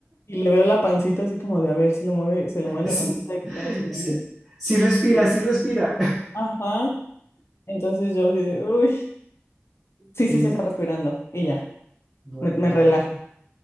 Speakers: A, on the left; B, in the centre.
A: y le veo la pancita así como de a ver, se le mueve, se le mueve
B: Sí.
A: la pancita de que está respirando
B: Es que sí respira,
A: y ya.
B: sí respira.
A: Ajá, Entonces yo así de, uy,
B: <laughs>
A: sí, sí se está respirando y ya,
B: Bueno,
A: me, me relajo.